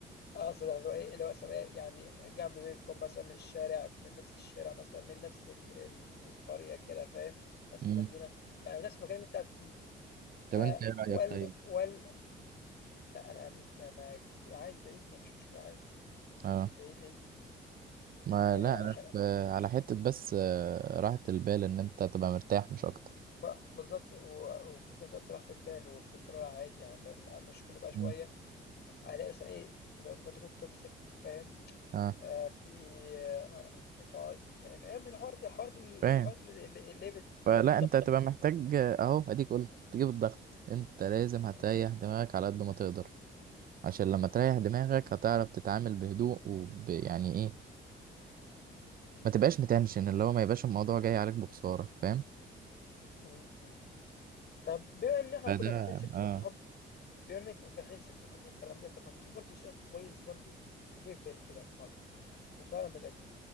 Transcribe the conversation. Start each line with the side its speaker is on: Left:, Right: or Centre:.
Left: أقصد اللي هو إيه، اللي هو مثلًا إيه، يعني جنب بيتكم مثلًا من الشارع من نفس الشارع مثلًا من نفس ال ال القرية كده فاهم، نفس
Right: مم.
Left: المدينة، يعني نفس المكان اللي أنت قاعد فيه
Right: طب
Left: آآ
Right: أنت إيه رأيك
Left: وال
Right: طيب؟
Left: وال لأ أنا م أنا عادي بعيد ما فيش مشكلة عادي،
Right: أه
Left: بعيد، بعيد
Right: ما
Left: يعني
Right: لأ أنا
Left: أح
Right: في على حتة بس آه، راحة البال إن أنت تبقى مرتاح مش أكتر
Left: ب بالضبط و وفي نفس الوقت راحة البال واستقرار عادي يعني فاهم، مش كل بقى شوية
Right: مم.
Left: ألاقي مثلًا إيه، طب أنا ممكن تكون toxic فاهم؟
Right: أه
Left: آه، في آه، تقعد فا- فاهم الحوار ده الحوارات ال-
Right: فاهم
Left: الحوارات اللي اللي هي بتجيب
Right: فلا
Left: الضغط
Right: أنت هتبقى
Left: دي
Right: محتاج آه، أهو أديك قلت تجيب الضغط أنت لازم
Left: <laughs>
Right: هتريح دماغك على قد ما تقدر عشان لما تريح دماغك هتعرف تتعامل بهدوء وب... يعني ايه ما تبقاش متنشن اللي هو ما يبقاش الموضوع جاي عليك بخسارة فاهم
Left: م- م. طب بما ان احنا
Right: فده
Left: كنا فاتحين سيرة
Right: اه
Left: الحب بما انك فاتحين سيرة الحب والكلام ده طب ما في برضه سؤال كويس برضه كان جاي في بالي كده برضه وفعلا بجد